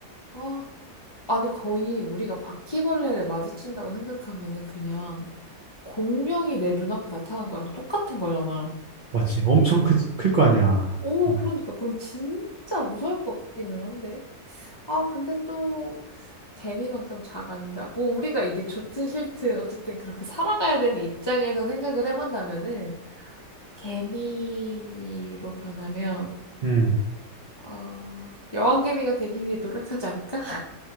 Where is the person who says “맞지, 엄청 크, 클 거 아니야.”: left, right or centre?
Right